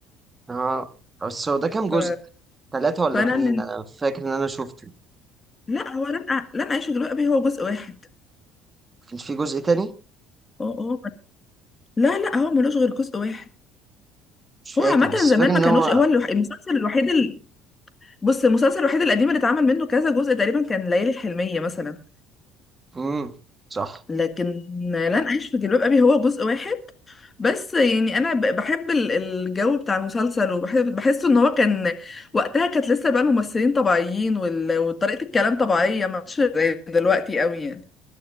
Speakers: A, on the right (about 25°); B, on the left (about 25°).
A: اه بس هو ده كام
B: ف...
A: جزء ثلاثة ولا
B: فانا
A: اتنين
B: من
A: انا فاكر ان انا شفته
B: لا هو لن أع... لن اعيش في جلباب ابي هو جزء واحد
A: كان في جزء تاني
B: اه اه لا لا هو ملوش غير جزء واحد
A: مش فاكر
B: هو عامة
A: بس
B: زمان
A: فاكر ان
B: ما كانوش
A: هو
B: هو الوح... المسلسل الوحيد ال... بص المسلسل الوحيد القديم اللي اتعمل منه كذا جزء تقريبا كان ليالي الحلمية مثلا
A: امم صح
B: لكن لن أعيش في جلباب أبي هو جزء واحد بس يعني أنا ب- بحب ال- الجو بتاع المسلسل وبحب بحسه إن هو كان وقتها كانت لسه بقى الممثلين طبيعيين وال... وطريقة الكلام طبيعية ما كانتش زي دلوقتي قوي يعني